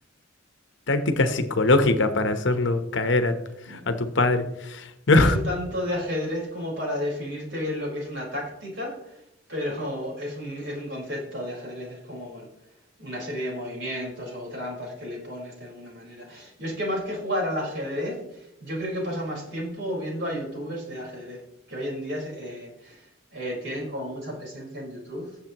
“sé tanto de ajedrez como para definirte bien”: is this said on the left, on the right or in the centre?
Right